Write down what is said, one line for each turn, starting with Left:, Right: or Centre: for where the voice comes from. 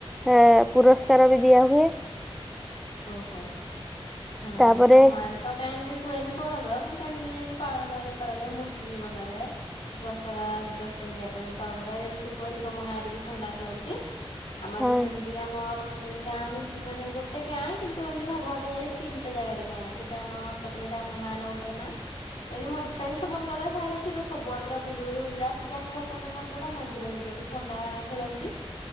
Centre: ହେ ପୁରସ୍କାର ବି ଦିଆ ହୁଏ।
Left: ଓହୋ ହଁ
Centre: ତାପରେ
Left: ଆମ ଆଡେ ତ କାଁଇ ଏମିତି ହୁଏନି ବଳଦ କିନ୍ତୁ ଏମିତି ଯେମିତି ପାଳନ କରାଯଏ କରାଯାଏ ମୂର୍ତ୍ତି ବି ବନାଯାଏ। ଦଶହରା ଦଶ ଦିନ ଯାକ ଏମିତି ପାଳନ କ ଯେମିତି ତୁ କହିଲୁ ତମ ଗାଁରେ ବି ଖଣ୍ଡା ଖେଳନ୍ତି। ଆମର
Centre: ହଁ
Left: ବି ସେମିତି ଆମର ଗାଁ ମିଶିକି ମାନେ ଗୋଟେ ଗାଁ କିନ୍ତୁ ଏମିତି ଭାଗ ଭାଗ ହେଇଯାଇଚି ତିନିଟା ଜାଗାରେ ଗାଁ ଯୋଉଟା ଆମ ଏଟେ ଯୋଟେ ଆମ ଗାଁ ନା ଗୋଟେ ନା। ଏମିତି ମଝି ସାାଇମିତି ବ ଭଲ ଗଲେ ସାାଇ ଅଛି ତ ସବୁଡ ପୁରା ବୁ ବୁଲି ବୁଲି ଆସିକି ଆମ ଘର ସାମ୍ନା ମନ୍ଦିରଟା ମନ୍ଦର ଭିତରେ ଖଣ୍ଡା ଖେଳନ୍ତି